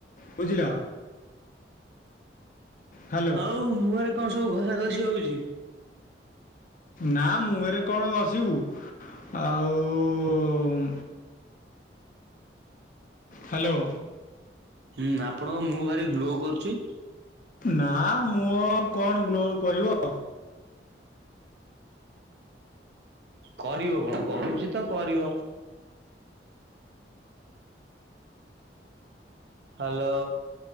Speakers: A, on the left; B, on the right.
A: ବୁଝିଲ? ହ୍ୟାଲୋ
B: ହଉ ମୁହଁରେ କଁ ସବୁ ଘଷା ଘସି ହୋଉଚି?
A: ନାଁ ମୁହେଁରେ କଣ ଘସିବୁ ଆଉ ହାଲୋ।
B: ହୁଁ ଆପଣଙ୍କ ମୁହଁ ଭାରି ଗ୍ଲୋ କରୁଚି।
A: ନାଁ ମୁହଁ କଣ ଗ୍ଲୋ କରିବ?
B: କରିବ କଣ କରୁଚି ତ କରିବ? ହାଲୋ।